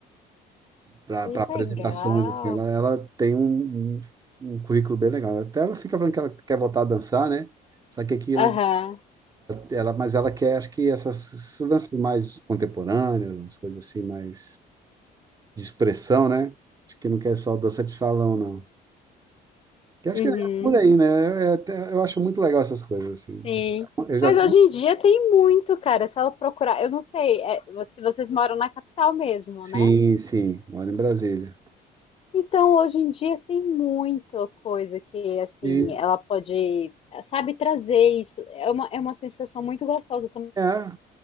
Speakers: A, on the right; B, on the left.
A: para
B: que
A: apresentações,
B: legal.
A: assim, ela, ela tem um, um, um currículo bem legal. Até ela fica falando que ela quer voltar a dançar, né? Só que aqui
B: Aham.
A: ela, ela, mas ela quer, acho que essas, essas danças mais contemporâneas, umas coisas assim mais de expressão, né? Acho que não quer só dança de salão, não. Que acho
B: Uhum.
A: que é por aí, né? É é até- Eu acho muito legal essas coisas assim.
B: Sim.
A: Eu já
B: Mas hoje em dia tem muito, cara. Se ela procurar, eu não sei, é, vo- se vocês moram na capital mesmo,
A: Sim,
B: né?
A: sim, moro em Brasília.
B: Então hoje em dia tem muita coisa que, assim,
A: E,
B: ela pode, sabe, trazer isso. É uma, é uma sensação muito gostosa. Eu
A: é,